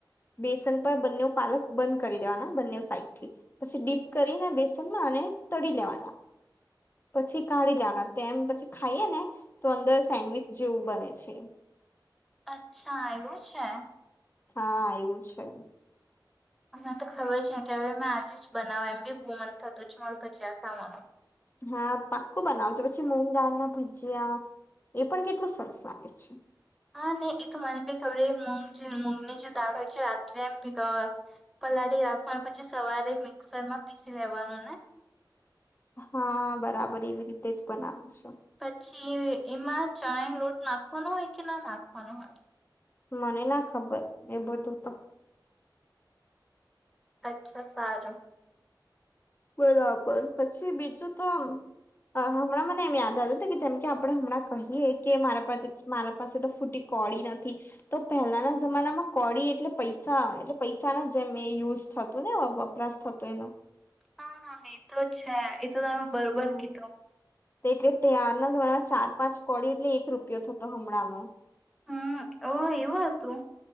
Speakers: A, on the left; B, in the centre.
A: બેસન પર બંને પાલક બંધ કરી દેવાના બંને સાઈડથી પછી ડીપ કરીને બેસનમાં અને તળી લેવાના.
B: હ
A: પછી કાઢી લેવાના તેમ પછી ખાઈએ ને તો અંદર સેન્ડવીચ જેવું બને છે.
B: અચ્છા એવું છે.
A: હા એવું છે.
B: મને તો ખબર છે હવે મે આજે જ બનાવ એમ બી બહુ મન થતું છે. ભજીયા ખાવાનું.
A: હા પાક્કો બનાવજો પછી મૂગ દાળમાં ભજીયા એ પણ કેટલું સરસ લાગે છે.
B: હા નહી એ તો મને ભી ખબર મ મૂગની જે દાળ હોય છે રાત્રે એમ ભેગા પલાડી રાખવાનું પછી સવારે મિક્સરમાં પીસી લેવાનું ને!
A: હા બરાબર એવી રીતે જ બનાવ છો.
B: પછી એમાં ચણા ન લોટ નાખવાનો હોય કે ના નાખવાનો હોય?
A: મને ના ખબર એ બધું તો.
B: અચ્છા સારું.
A: બરાબર પછી બીજું તો હમણાં મને એમ યાદ આવ્યું હતું કે જેમ કે આપડે હમણાં કહીએ કે મારા પાસે મારા પાસે તો ફૂટી કોડી નથી તો પહેલાના જમાનામાં કોડી એટલે પૈસા એટલે પૈસાના એ યુઝ થતું ને વપરાશ થતો એનો!
B: હા હા મે તો જ છે એ તો તમે બરોબર
A: હમ
B: કીધું.
A: એટલે ત્યારના જમામાં ચાર પાંચ કોડી એટલે એક રૂપિયો થતો હમણાંનો.
B: હમ ઓ એવું હતું.